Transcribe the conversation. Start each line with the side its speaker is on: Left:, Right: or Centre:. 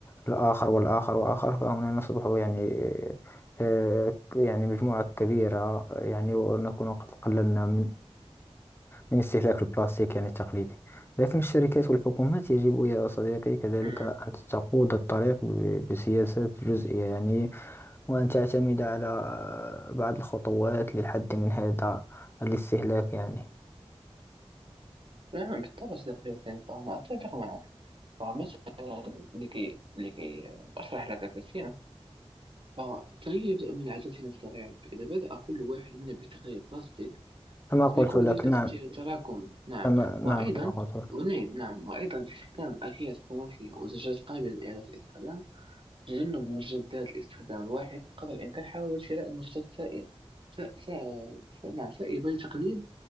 Left: الآخر والآخر وآخر فهنا نصبح يعني آه، يعني مجموعة كبيرة يعني ونكون قد قللنا من من استهلاك البلاستيك يعني التقليدي لكن الشركات والحكومات يجب يا صديقي كذلك
Right: مم.
Left: أن تقود الطريق ب- بسياسات جزئية يعني وأن تعتمد على آه، بعض الخطوات للحد من هذا الاستهلاك يعني
Right: نعم بالطبع صديقي ياسين، فأنا أتفق معك فمثلا لكي لكي أشرح لك كثيرا فالتغيير يبدأ من عاداتنا الصغيرة فإذا بدأ كل واحد منا بتغيير بلاستيك
Left: كما
Right: فسيكون
Left: قلت لك
Right: ذلك
Left: نعم
Right: تأثير تراكمي نعم
Left: كما نعم
Right: وأيضا
Left: كما قلت لك
Right: ونعم نعم وأيضا استخدام أكياس قماشية وزجاج قابلة لإعادة الاستخدام تجنب مجدات الاستخدام الواحد قدر الإمكان حاول شراء منتجات سائلة س... س... س... نعم سائبة لتقليل